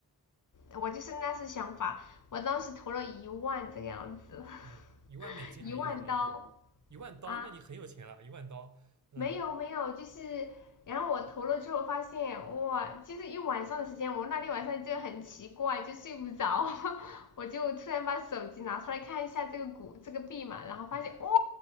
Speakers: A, on the left; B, on the right.
A: 我就是那是想法，我当时投了一万这个样子，
B: 嗯，
A: <laughs>
B: 一万美金还是一万人民币？
A: 一万刀
B: 一万刀，
A: 啊。
B: 那你很有钱了，一万刀。嗯
A: 没有没有，就是然后我投了之后发现，哇，就是一晚上的时间，我那天晚上就很奇怪，就睡不着，<laughs> 我就突然把手机拿出来看一下这个股这个币嘛，然后发现哇
B: 嗯